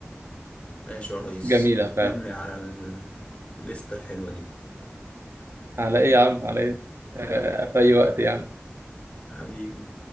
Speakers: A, on the left; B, on the right.
A: ماشي يا ريس
B: جميله
A: تسلم
B: فعلا
A: لي على ال- الليستة الحلوة دي
B: على ايه يا عم على ايه آه، في اي وقت يعني
A: حبيبي